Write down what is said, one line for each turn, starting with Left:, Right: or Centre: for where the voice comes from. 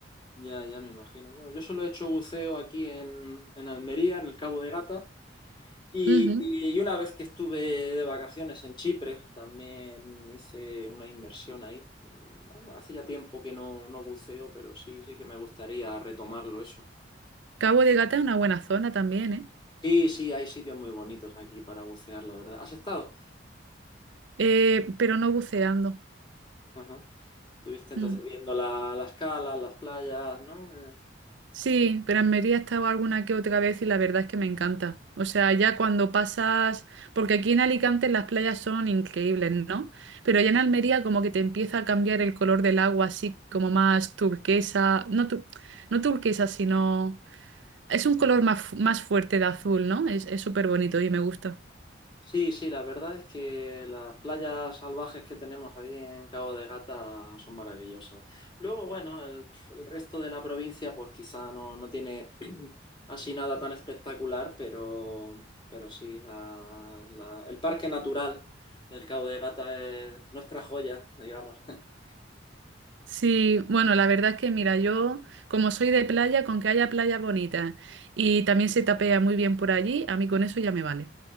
Left: Ya, ya me imagino. Bueno, yo solo he hecho buceo aquí en, en Almería, en el Cabo de Gata. Y,
Right: Ujú.
Left: y una vez que estuve de vacaciones en Chipre, también hice una inversión ahí. Eh, Bueno, hace ya tiempo que no, no buceo, pero sí, sí que me gustaría retomarlo eso.
Right: Cabo de Gata es una buena zona también, ¿eh?
Left: Sí, sí, hay sitios muy bonitos aquí para bucear, la verdad. ¿Has estado?
Right: Eh, pero no buceando.
Left: Ajá. Estuviste entonces
Right: Mm.
Left: viendo la, las calas, las playas, ¿no? Eh,
Right: Sí, pero en Almería he estado alguna que otra vez y la verdad es que me encanta. O sea, ya cuando pasas, porque aquí en Alicante las playas son increíbles, ¿no? Pero ya en Almería como que te empieza a cambiar el color del agua, así como más turquesa, no, tu- no turquesa, sino es un color más, fu- más fuerte de azul, ¿no? Es, es súper bonito y me gusta.
Left: Sí, sí, la verdad es que las playas salvajes que tenemos ahí en Cabo de Gata son maravillosas. Luego, bueno, el, el resto de la provincia pues quizá no, no tiene <clears throat> así nada tan espectacular, pero, pero sí, la- la- el parque natural del Cabo de Gata es nuestra joya, digamos. <laughs>
Right: Sí, bueno, la verdad es que mira, yo como soy de playa, con que haya playas bonitas y también se tapea muy bien por allí, a mí con eso ya me vale.